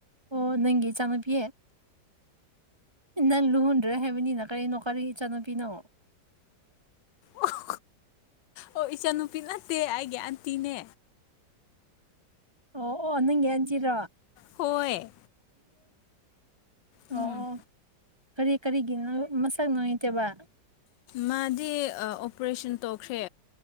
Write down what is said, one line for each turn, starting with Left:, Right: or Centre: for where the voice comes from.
Right: ꯑꯣ ꯅꯪꯒꯤ ꯏꯆꯥꯅꯨꯄꯤ ꯅꯪ ꯂꯨꯍꯨꯗ꯭ꯔ ꯍꯥꯏꯕꯅꯤꯅ ꯀꯔꯤꯅꯣ ꯀꯔꯤ ꯏꯆꯥꯅꯨꯄꯤꯅꯣ
Left: ꯑꯣ ꯑꯣ ꯑꯣ ꯏꯆꯥꯅꯨꯄꯤ ꯅꯠꯇꯦ ꯑꯩꯒꯤ ꯑꯟꯇꯤꯅꯦ
Right: ꯑꯣ ꯑꯣ ꯅꯪꯒꯤ ꯑꯟꯇꯤꯔꯣ
Left: ꯍꯣꯏ ꯎꯝ
Right: ꯑꯣ ꯑꯣ ꯀꯔꯤ ꯀꯔꯤꯒꯤꯅꯣ ꯃꯁꯛ ꯅꯨꯡꯉꯥꯏꯇꯕ
Left: ꯃꯥꯗꯤ ꯑꯣꯄꯔꯦꯁꯟ ꯇꯧꯈ꯭ꯔꯦ